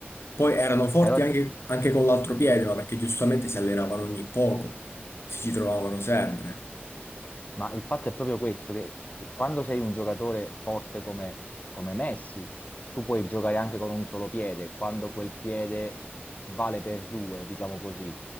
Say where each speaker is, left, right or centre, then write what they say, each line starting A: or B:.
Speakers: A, on the left; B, on the left.
A: Poi erano forti
B: Però,
A: anche, anche con l'altro piede, ma perché giustamente si allenavano ogni poco. Si ci trovavano sempre.
B: Ma il fatto è proprio questo, che quando sei un giocatore forte come, come Messi, tu puoi giocare anche con un solo piede, quando quel piede vale per due, diciamo così.